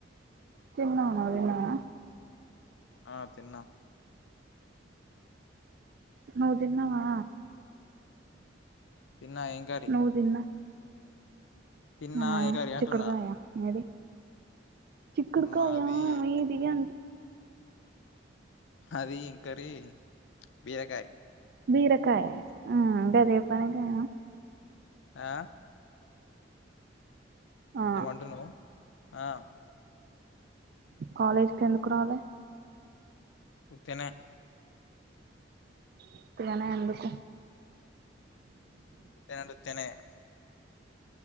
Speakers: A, on the right (about 55°); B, on the left (about 80°).
A: తిన్నా నువ్ తిన్నానా
B: ఆ తిన్నా
A: నూ దిన్నవా
B: తిన ఎం కర్రీ
A: నువ్వు తిన్నా
B: తిన్నా
A: ఆ
B: ఏం కర్రీ
A: చిక్కుడుగాయ
B: అంటున్నా
A: మీది చిక్డుకాయ
B: మాది
A: ఏది య
B: అది ఇంకరి బీరకాయి
A: బీరకాయ ఆ అంటే అదే పనిగా
B: ఆ
A: ఆ
B: ఏమంటున్నావ్ ఆ
A: కాలేజీకి ఎందుకు రాలే
B: ఉత్తినే
A: ఉత్తిగానే ఎందుకు
B: ఉత్తిగా అంటే ఉత్తిగానే